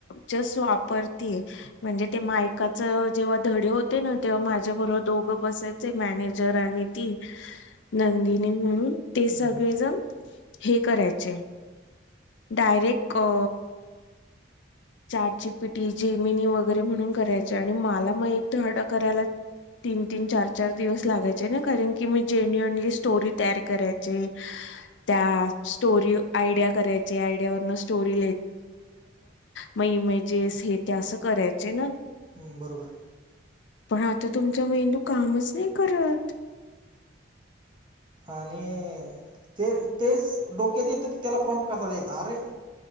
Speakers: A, on the left; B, on the right.
A: जस्ट वापरते आहे. म्हणजे <unintelligible> जेव्हा धडे होते. माझ्या बरोबर दोघं बसायचे मॅनेजर आणि ती नंदिनी म्हणून ते सगळेजण
B: हम्म
A: हे करायचे डायरेक्ट अ
B: ह
A: चाट जीपीटी जेमिनी वगैरे म्हणून करायचे आणि मला मग एक धडा करायला. तीन तीन चार चार दिवस लागायचे ना कारण की मी जेन्युअनली स्टोरी तयार करायच. त्या स्टोरी आयडिया करायच. आयडिया वरून स्टोरी मग इमेजेस हे ते असं करायचे ना,
B: हम्म बरोबर
A: पण आता तुमचा मेंदू कामच नाही करत.
B: आणि ते तेच डोक्यात येतं की त्याला प्रॉमट कसा द्याचा अरे